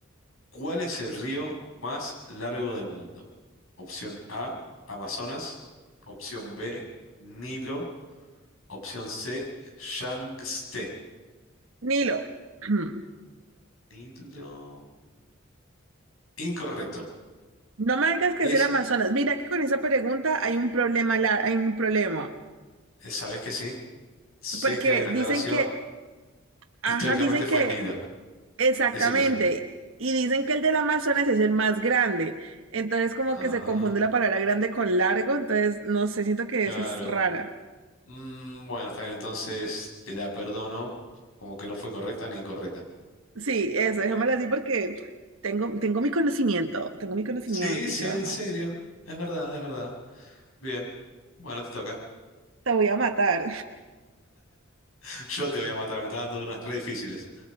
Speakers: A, on the left (about 90°); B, on the right (about 85°).
A: ¿Cuál es el río más largo del mundo? Opción A, Amazonas. Opción B, Nilo. Opción C, Yangtze.
B: Nilo, <clears throat>
A: Nilo. Incorrecto.
B: no me digas que
A: Es,
B: es el Amazonas. Mira que con esa pregunta hay un problema, lar- hay un problema.
A: eh, ¿sabes que sí? Sé
B: Porque
A: que hay una
B: dicen
A: aclaración.
B: que, ajá,
A: Históricamente
B: dicen
A: fue
B: que
A: el Nilo.
B: Exactamente.
A: Decime, decime.
B: Y dicen que el del Amazonas es el más grande. Entonces como
A: Ah,
B: que se confunde la palabra grande con largo. Entonces no sé, siento que
A: claro.
B: esa es rara.
A: Mm, bueno, está bien, entonces te la perdono. Como que no fue correcta ni incorrecta.
B: Sí, eso, déjamela así porque tengo, tengo mi conocimiento, tengo mi conocimiento,
A: Sí, sí,
B: Jorma.
A: en serio. Es verdad, es verdad. Bien. Bueno, te toca.
B: Te voy a matar.
A: <laughs> Yo te voy a matar, me está dando unas re difíciles.